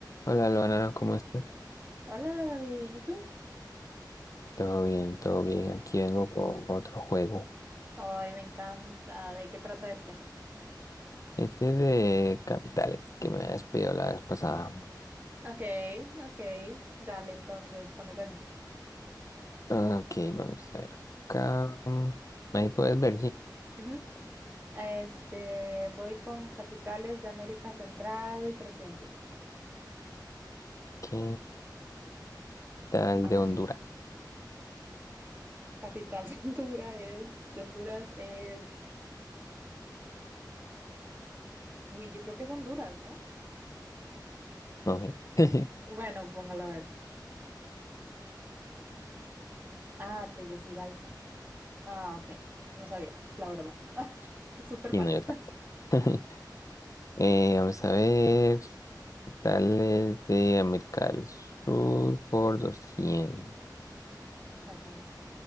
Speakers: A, on the left (about 45°); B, on the right (about 25°).
A: Hola, Luana, ¿cómo estás?
B: Hola David, ¿bien y tú?
A: Todo bien, todo bien. Aquí vengo con otro juego.
B: Ay, me encanta. ¿De qué trata este?
A: Este es de capitales que me has pedido la vez pasada.
B: Ok, ok. Dale, entonces, comencemos.
A: Ok, vamos a ver. Acá, mm, ahí puedes ver, sí.
B: Ujú. Este, voy con capitales de América Central Trescientos.
A: ¿Qué tal
B: Ay,
A: de Honduras?
B: capital <laughs> de Honduras es, de Honduras es, uy, yo creo que es Honduras, ¿no?
A: No sé. <laughs>
B: Bueno, póngalo a ver. Ah, Tegucigalpa. Ah, ok. No sabía, la verdad. <laughs> Súper
A: Y
B: mal.
A: no, yo tampoco.
B: <laughs>
A: <laughs> Eh, vamos a ver. ¿Qué tal es de América del Sur por doscientos.
B: Dale, a ver.